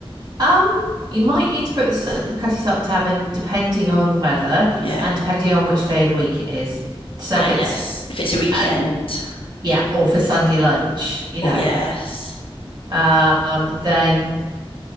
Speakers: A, on the right; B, on the left.
A: Um, you might need to book the, s- the Cutty Sark Tavern depending on the weather
B: Yeah.
A: and depending on which day of the week it is. So
B: Ah,
A: if
B: yes.
A: it's
B: If it's a weekend.
A: at yeah, or for Sunday lunch, you
B: Oh,
A: know,
B: yes.
A: um, then